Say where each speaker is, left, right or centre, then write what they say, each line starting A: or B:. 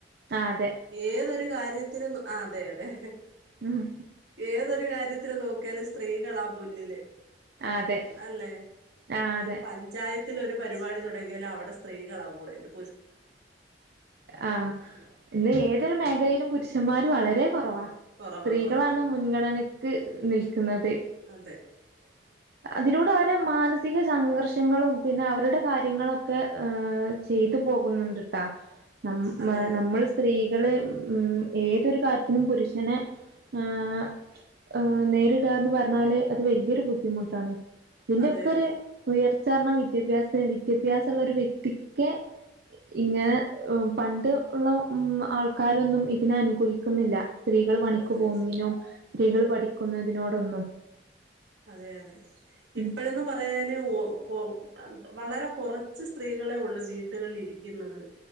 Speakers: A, on the right; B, on the right.
A: ആഹ് അതെ
B: ഏതൊരു കാര്യത്തിനും ആഹ് അതെ അതെ
A: ഉം
B: ഏതൊരു കാര്യ ത്ര നോക്കിയാലും സ്ത്രീകളാ മുന്നില്
A: അതെ
B: അല്ലെ
A: ആഹ്
B: ഒരു
A: അതെ
B: പഞ്ചായ ത്തിൽ ഒരു പരിപാടി തുടങ്ങിയാലും അവിടെ സ്ത്രീകളാ കൂടലും
A: ആഹ് ഏതൊരു മേഖലയിലും പുരുഷന്മാര് വളരെ കുറവാ
B: കുറവാ
A: സ്ത്രീകളാണ്
B: കുറവാ
A: മുൻഗണന <unintelligible> നിൽക്കുന്നത്
B: <unintelligible>
A: അതിലൂടെ അവരെ മാന സിക സംഘർഷങ്ങളും പിന്നെ അവരുടെ കാര്യങ്ങളൊക്കെ ഈഹ് ചെയ്തു പോകുന്നുണ്ട്ട്ടാ നമ്മ
B: അതെ
A: നമ്മൾ സ്ത്രീ കള് ഉം ഏതൊരു കാര്യത്തിനും പുരുഷനെ ആഹ് ഈഹ് നേരിടാന്ന് പറഞ്ഞാല് അത് വലിയൊരു ബു ദ്ധിമുട്ടാണ് ഇതിന്റെ
B: അതെ
A: ഒക്കെ ഒരു
B: അതെ
A: ഉയർ ച്ച കാരണം വിദ്യാഭ്യാസത്തിന് വിദ്യാഭ്യാസം ഉള്ള ഒരു വ്യക്തിക്ക് ഇങ്ങനെ പണ്ട് ഉള്ള മ് ആൾക്കാരൊന്നും ഇതിനെ അനുകൂലിക്കുന്നില്ല സ്ത്രീകൾ പണിക്ക്
B: അതെ
A: പോകുന്നതിനും സ്ത്രീകൾ പഠിക്കുന്നതിനോടൊന്നും
B: അതെ അതെ ഇപ്പഴേന്ന്
A: ഉം
B: പറയാന് ഓ ഒ അ വളരെ കുറച്ച് സ്ത്രീകളെ ഉള്ളു വീട്ടുകളിൽ ഇരിക്കുന്നത്